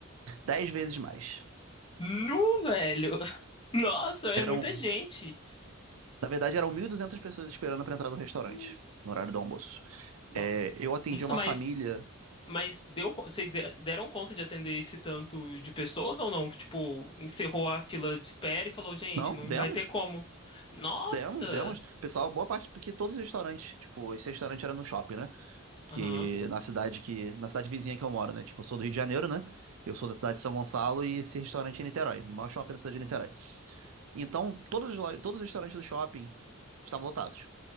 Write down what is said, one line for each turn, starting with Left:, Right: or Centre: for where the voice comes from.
Right: 10 vezes mais.
Left: Nu, velho. <laughs> Nossa, é
Right: Eram,
Left: muita gente.
Right: na verdade, eram 1.200 pessoas esperando pra entrar no restaurante,
Left: Nu.
Right: no horário do almoço.
Left: No-
Right: É, eu atendi
Left: Nossa,
Right: uma
Left: mas,
Right: família.
Left: mas deu, co- vocês de- deram conta de atender esse tanto de pessoas ou não? Tipo, encerrou a fila de espera e falou, gente,
Right: Não,
Left: não
Right: demos?
Left: vai ter como. Nossa!
Right: Demos, demos. Pessoal, boa parte, porque todos os restaurantes, tipo, esse restaurante era no shopping, né?
Left: Aham,
Right: que na cidade que na cidade vizinha que eu moro, né? Tipo, eu sou do Rio de Janeiro, né? Eu sou da cidade de São Gonçalo e esse restaurante é em Niterói, no maior shopping da cidade de Niterói. Então, todos os, lo- todos os restaurantes do shopping estavam lotados,